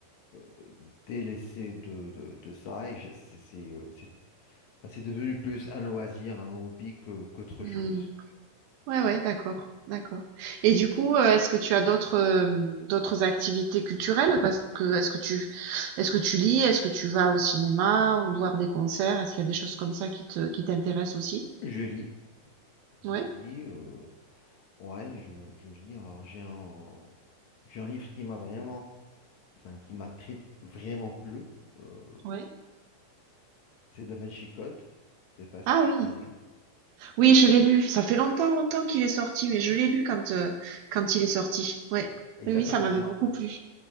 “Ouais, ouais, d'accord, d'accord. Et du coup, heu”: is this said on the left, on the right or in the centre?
Right